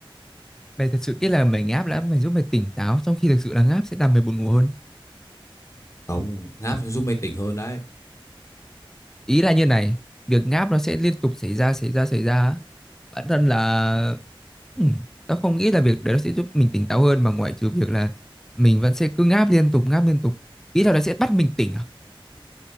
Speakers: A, in the centre; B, on the left.
A: mày thật sự nghĩ là mày ngáp đã mày giúp mày tỉnh táo trong khi thực sự là ngáp sẽ làm mày buồn ngủ hơn
B: không ngáp sẽ giúp mày tỉnh hơn đấy
A: ý là như này việc ngáp nó sẽ liên tục xảy ra xảy ra xảy ra á. bản thân là ừm, tao không nghĩ là việc đấy nó sẽ giúp mình tỉnh táo hơn mà ngoại trừ việc là mình vẫn sẽ cứ ngáp liên tục ngáp liên tục ý là nó sẽ bắt mình tỉnh à